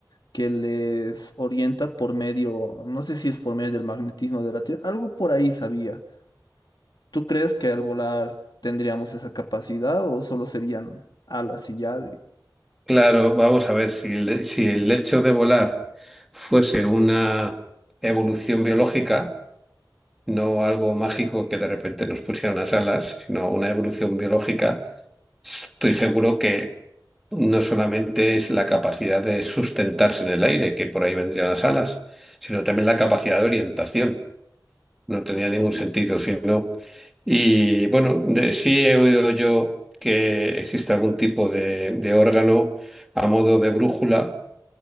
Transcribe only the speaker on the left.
que les orienta por medio, no sé si es por medio del magnetismo de la Tierra, algo por ahí sabía ¿Tú crees que al volar tendríamos esa capacidad o solo serían alas y ya? di-